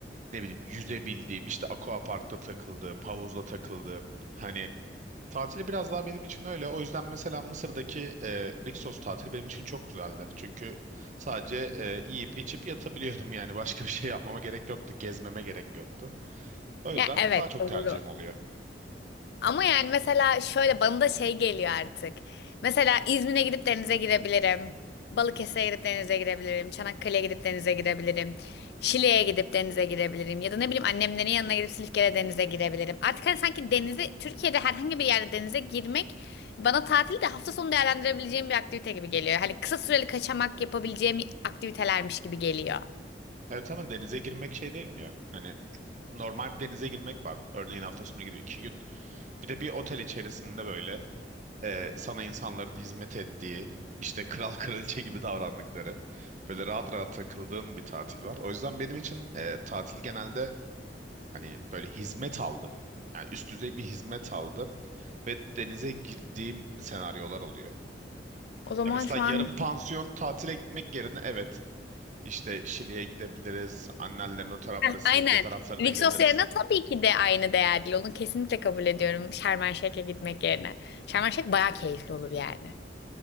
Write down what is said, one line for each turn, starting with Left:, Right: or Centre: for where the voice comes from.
Right: ne bileyim yüzebildiğim işte aquaparkta takıldığım, havuzda takıldığım. Hani tatili biraz daha benim için öyle. O yüzden mesela Mısır'daki ee, Rixos tatili benim için çok güzeldi. Çünkü sadece ee, yiyip içip yatabiliyordum yani başka bir şey yapmama gerek yoktu. Gezmeme gerek yoktu. O
Left: Ya
Right: yüzden
Left: evet
Right: daha çok
Left: doğru.
Right: tercihim oluyor.
Left: Ama yani mesela şöyle bana da şey geliyor artık. Mesela İzmir'e gidip denize girebilirim. Balıkesir'e gidip denize girebilirim. Çanakkale'ye gidip denize girebilirim. Şile'ye gidip denize girebilirim. Ya da ne bileyim annemlerin yanına gidip Silifke'de denize girebilirim. Artık hani sanki denize, Türkiye'de herhangi bir yerde denize girmek bana tatili de hafta sonu değerlendirebileceğim bir aktivite gibi geliyor. Hani kısa süreli kaçamak yapabileceğim aktivitelermiş gibi geliyor.
Right: Evet ama denize girmek şey değil mi ya? Hani normal bir denize girmek var. Örneğin hafta sonu gidiyor iki gün. Bir de bir otel içerisinde böyle e, sana insanların hizmet ettiği, işte kral <laughs> kraliçe gibi davrandıkları, böyle rahat rahat takıldığın bir tatil var. O yüzden benim için e, tatil genelde Hani böyle hizmet aldım. Yani üst düzey bir hizmet aldım ve denize girdiğim senaryolar oluyor.
Left: O zaman
Right: Ya mesela
Left: şu an
Right: yarım pansiyon tatile gitmek yerine evet işte Şili'ye gidebiliriz. Annenlerin o taraflara,
Left: Heh,
Right: Silivke
Left: aynen.
Right: taraflarına
Left: Vixos
Right: gidebiliriz.
Left: yerine tabii ki de aynı değerli. olun kesinlikle kabul ediyorum Şarm Şeyh'e gitmek yerine. Şarm Şeyh bayağı keyifli olur yani.